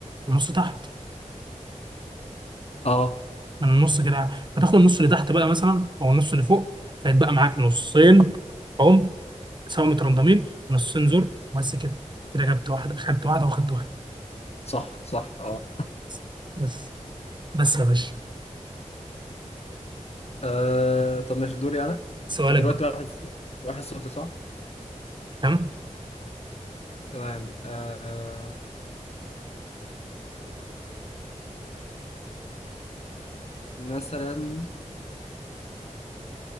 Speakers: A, on the right (about 35°); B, on the left (about 55°).
A: ونص تحت
B: اه
A: من النص كده فتاخد النص اللي تحت بقى مثلا او النص اللي فوق فيتبقى معاك نصين عمر سوا مترندمين ونصين زر بس كده كده جبت واحده خدت واحده واخدت واحده
B: صح صح اه,
A: بس بس بس يا باشا
B: آه. طب ماشي دوري أنا
A: سؤالك
B: انت دلوقتي
A: بقى
B: واحد واحد صفر صح
A: تمام
B: تمام آه. مثلا